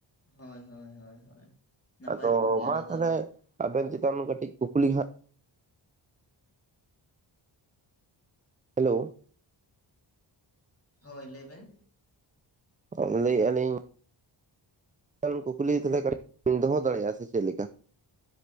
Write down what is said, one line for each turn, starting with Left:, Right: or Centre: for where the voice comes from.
Left: ᱦᱳᱭ, ᱦᱳᱭ, ᱦᱳᱭ, ᱦᱳᱭ, ᱱᱟᱯᱟᱭ
Right: ᱟᱫᱚ
Left: ᱠᱚᱜ ᱜᱮᱭᱟ
Right: ᱢᱟ
Left: ᱚᱱᱟ ᱫᱚ᱾
Right: ᱛᱟᱦᱚᱞᱮ ᱟᱵᱮᱱ ᱪᱮᱛᱟᱱ ᱦᱚᱸ ᱠᱟᱹᱴᱤᱡ ᱠᱩᱠᱞᱤ ᱦᱟᱜ ᱦᱮᱞᱳ᱾
Left: ᱦᱳᱭ ᱞᱟᱹᱭ ᱵᱮᱱ᱾
Right: ᱚ ᱞᱟᱹᱭᱮᱜᱼᱟ ᱞᱤᱧ ᱟᱱᱠᱷᱟᱱ ᱠᱩᱠᱞᱤ ᱛᱟᱦᱚᱞᱮ ᱠᱟᱹᱴᱤᱡ ᱞᱤᱧ ᱫᱚᱦᱚ ᱫᱟᱲᱮᱭᱟᱜᱼᱟ ᱥᱮ ᱪᱮᱫ ᱞᱮᱠᱟ?